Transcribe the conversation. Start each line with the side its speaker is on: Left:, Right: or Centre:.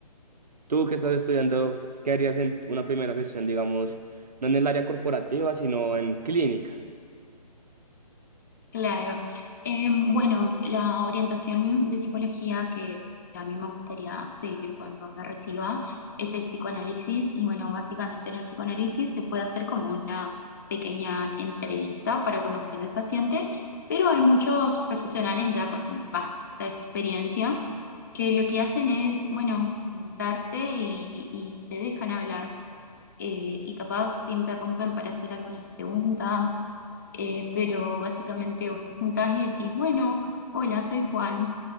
Right: tú que estás estudiando, ¿qué harías en una primera sesión, digamos, no en el área corporativa, sino en clínica?
Left: claro. Eh, bueno, la orientación de psicología que a mí me gustaría seguir cuando me reciba es el psicoanálisis y bueno, básicamente en el psicoanálisis se puede hacer como una pequeña entrevista para conocer al paciente, pero hay muchos profesionales ya con vasta experiencia que lo que hacen es, bueno, sentarte y, y te dejan hablar. eh, y capaz te interrumpen para hacer algunas preguntas, eh, pero básicamente vos te sentás y decís, bueno, hola, soy Juan,